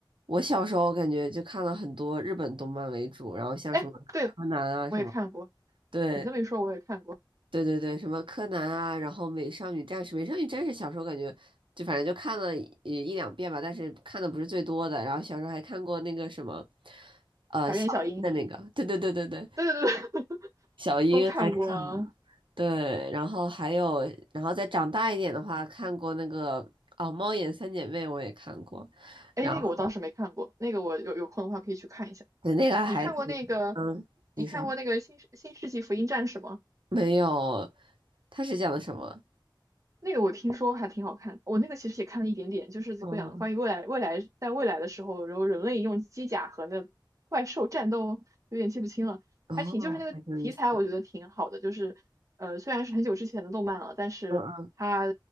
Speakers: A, on the right (about 85°); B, on the right (about 40°).
A: 我小时候感觉就看了很多日本动漫为主，然后像什么柯南啊什么，
B: 哎，对，我也看过，
A: 对
B: 你这么一说，我也看过
A: 对对对，什么柯南啊，然后美少女战士，美少女战士小时候感觉就反正就看了一一两遍吧，但是看的不是最多的。然后小时候还看过那个什么呃小樱的那个，
B: 《傻变小樱》，
A: 对对对对对，
B: 对对对对，<laughs>
A: 小樱还看。
B: 都看过啊。
A: 对，然后还有，然后再长大一点的话，看过那个哦，《猫眼三姐妹》我也看过，
B: 哎，
A: 然后
B: 那个我当时没看过，那个我有有空的话可以去看一下。
A: 对那个还挺，
B: 你看过那个，
A: 嗯，你说
B: 你看过那个新世新世纪福音战士吗？
A: 没有？它是讲的什么？
B: 那个我听说还挺好看，我那个其实也看了一点点，就是讲关于未来，
A: 嗯，
B: 未来在未来的时候，然后人类用机甲和那怪兽战斗，有点记不清了，
A: 哦，
B: 还挺就是那个题材我觉得挺好的，
A: 还挺有意思。
B: 就是呃虽然是很久之前的动漫了，但是它
A: 嗯嗯，